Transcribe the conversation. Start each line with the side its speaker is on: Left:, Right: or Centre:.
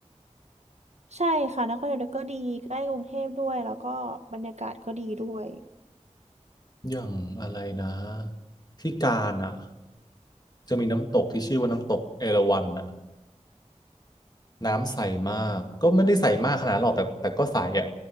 Right: ใช่ค่ะนครนายกก็ดีใกล้กรุงเทพด้วยแล้วก็บรรยากาศก็ดีด้วย
Left: อย่างอะไรนะที่กาญอ่ะจะมีน้ำตกที่ชื่อว่าน้ำตกเอราวัณน่ะน้ำใสมาก ก็ไม่ได้ใสมากขนาดนั้นหรอกแต่แต่ก็ใสอ่ะ